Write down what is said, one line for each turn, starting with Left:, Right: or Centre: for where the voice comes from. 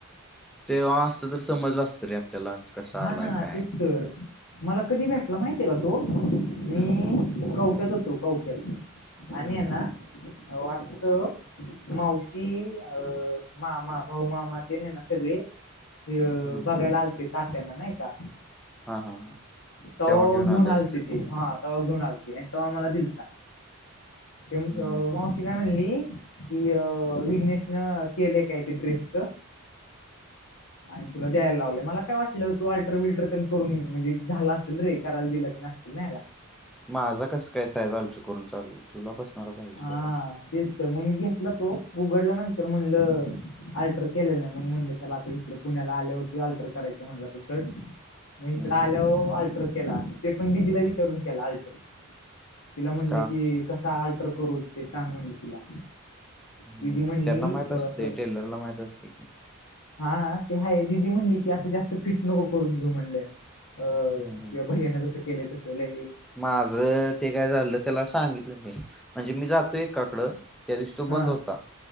Centre: तेव्हा असतं तर समजलं असतं रे आपल्याला. कसा
Left: हा
Centre: आलाय
Left: ना
Centre: काय
Left: तेच तर, मला कधी भेटला माहितीय का तो, मी
Centre: हं...
Left: कवट्यात होतो कवट्यात आणि
Centre: हम्म
Left: येना वाटत- मावशी अं मामा भाऊमामा तेनिहेना सगळे- ते
Centre: हम्म
Left: बघायला आलते तात्यांना नाही का?
Centre: हा हा हा
Left: तवा
Centre: तेव्हा
Left: घेऊन
Centre: आले
Left: आलते
Centre: असतील
Left: ते हां, घेऊन आलते आणि तवा मला दिलता, ते मावशी
Centre: हम्म
Left: काय- म्हणली की विघ्नेशनं केलं काय ते ड्रेसच आणि तुला द्यायला लावले मला काय वाटलं तू अल्टर विल्टर प करून म्हणजे झाला असेल रे कराला दिला ते नागशील नाही का
Centre: माझं कस कायं अल्टर करून चालल तुला बसणारा पाहिजे
Left: हा
Centre: त्याला
Left: तेच तर मग मी घेतला तो उघडला नंतर म्हणलं अल्टर केलेलं नाही मग म्हणलं त्याला आता इकडं पुण्याला आल्यावरती अल्टर करायचं म्हटलं तो शर्ट मग
Centre: हम्म
Left: इकड
Centre: हम्म.
Left: आलं अल्टर केला ते पण दिदीला विचारून केला अल्टर तिला म्हणले
Centre: का
Left: कसा अल्टर करू ते सांग म्हणले तिला
Centre: हम्म
Left: दिदी म्हणली
Centre: त्यांना माहित
Left: अं
Centre: असते
Left: असं
Centre: टेलरला माहित असते कि
Left: हा ते ह दिीदी म्हणली की असं जास्त फिट नको करून घेऊ म्हणलंय अ किंवा
Centre: हम्म
Left: भहियाना जसं केलं तसं ल
Centre: माझ ते काय झालं त्याला सांगितलं मी म्हणजे मी जातो एकाकड त्या दिवशी तो
Left: हा
Centre: बंद होता